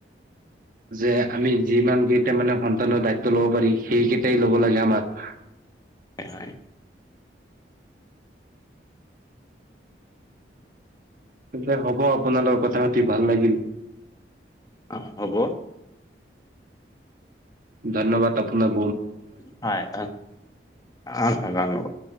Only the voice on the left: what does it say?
হয়।
অ', হ'ব।
হয়, হয় ধন্যবাদ।